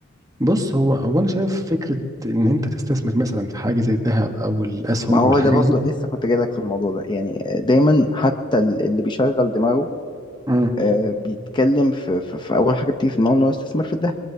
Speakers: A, on the right; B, on the left.
A: بص هو هو انا شايف فكره ان انت تستثمر مثلا في حاجه زي الذهب او الاسهم
B: ما هو
A: او الحاجات
B: ده برضو
A: دي
B: لسه كنت جايلك في الموضوع ده يعني دايما حتى ال- اللي بيشغل دماغه
A: مم.
B: آه بيتكلم في, في, في اول حاجه بتيجي في دماغه ان هو يستثمر في الذهب